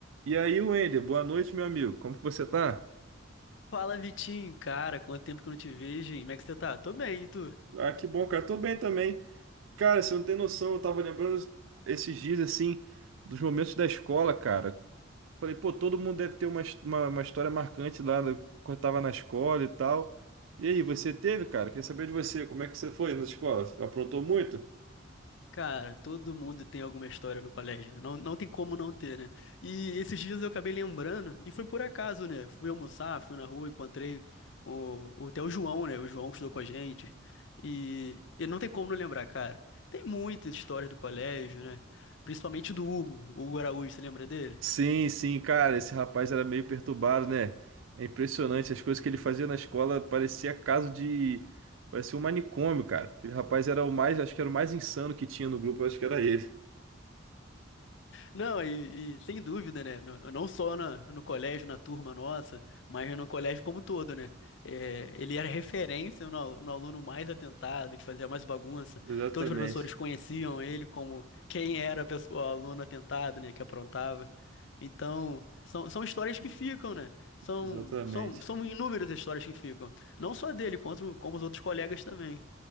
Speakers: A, on the right; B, on the left.
A: E aí, Wender, boa noite, meu amigo. Como que você tá?
B: Fala Vitinho, cara, quanto tempo que eu não te vejo, hein? Como é que você tá? Tô bem, e tu?
A: Ah, que bom, cara. Tô bem também. Cara, você não tem noção, eu tava lembrando esses dias, assim, dos momentos da escola, cara. Falei, pô, todo mundo deve ter uma, his- uma, uma história marcante lá da- quando tava na escola e tal. E aí, você teve, cara? Queria saber de você, como é que você foi na escola? Aprontou muito?
B: Cara, todo mundo tem alguma história no colégio, né? não, não tem como não ter, né? E esses dias eu acabei lembrando, e foi por acaso, né? Fui almoçar, fui na rua, encontrei o, o, até o João, né? O João que estudou com a gente, e, e não tem como não lembrar, cara. Tem muitas histórias do colégio, né? Principalmente do Hugo, o Hugo Araújo, você lembra dele?
A: Sim, sim, cara, esse rapaz era meio perturbado, né? É impressionante, as coisas que ele fazia na escola parecia caso de... Parecia um manicômio, cara. Aquele rapaz era o mais, acho que era o mais insano que tinha no grupo, acho que era ele.
B: Não, e, e sem dúvida, né? Não não só na- no colégio, na turma nossa, mas no colégio como um todo, né? É, ele era referência no, al- no aluno mais atentado, que fazia mais bagunça.
A: Exatamente,
B: Todos os professores conheciam ele como quem era a pessoa- o aluno atentado, né? Que aprontava. Então, são, são histórias que ficam, né? São,
A: exatamente.
B: são, são inúmeras as histórias que ficam. Não só dele, quanto, como os outros colegas também.